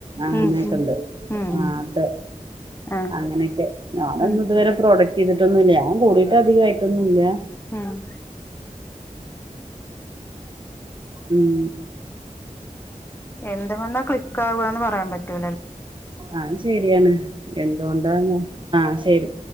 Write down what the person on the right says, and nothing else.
അങ്ങനെയൊക്കെ
ഇണ്ട്
ആ ട്ട്
അങ്ങനെയൊക്കെ ഞാനൊന്നു
ഇത്
വരെ പ്രോഡക്ട്യ്ത്ട്ടൊന്നുല്ല ഞാൻ കൂടിയിട്ട് അധികായിട്ടൊന്നുല്ല
ഉം
അഹും ശെരിയാണ് എന്തുകൊണ്ടാന്ന് ആ ശരി